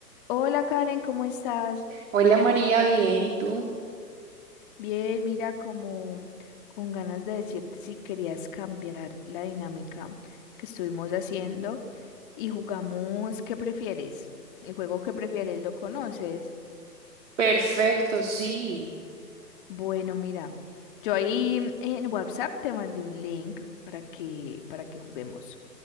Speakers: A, on the left; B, on the right.
A: Hola Karen, ¿cómo estás?
B: Hola María, bien, ¿y tú?
A: Bien, mira, como con ganas de decirte si querías cambiar la dinámica que estuvimos haciendo y jugamos ¿qué prefieres? El juego ¿qué prefieres? ¿Lo conoces?
B: Perfecto, sí.
A: Bueno, mira, yo ahí en WhatsApp te mandé un link para que para que juguemos.